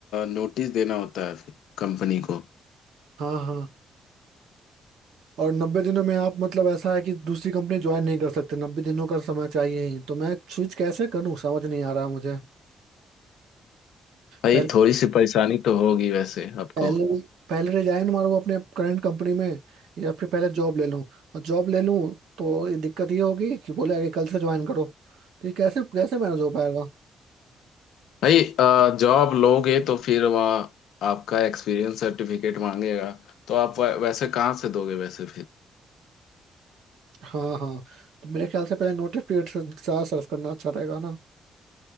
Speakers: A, on the left; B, on the right.
A: नोटिस देना होता है फिर कंपनी को
B: हाँ हाँ और नब्बे दिनों में आप मतलब ऐसा है कि दूसरी कंपनी ज्वाइन नहीं कर सकते नब्बे दिनों का समय चाहिए ही तो मैं स्विच कैसे करूँ समझ नहीं आ रहा मुझे
A: भाई
B: पहले
A: थोड़ी सी परेशानी तो होगी वैसे आपको
B: पहले पहले रिजाइन मारूँ अपने करंट कंपनी में या फिर पहले जॉब ले लूँ और जॉब ले लूँ तो ये दिक्कत ये होगी कि बोले आगे कल से ज्वाइन करो तो ये कैसे कैसे मैनेज हो पाएगा
A: भाई जॉब लोगे तो फिर वहाँ आपका एक्सपीरियंस सर्टिफिकेट मांगेगा तो आप वै- वैसे कहाँ से दोगे वैसे
B: हाँ हाँ तो मेरे ख्याल से पहले नोटिस पीरियड से ज़्यादा सर्व करना अच्छा रहेगा ना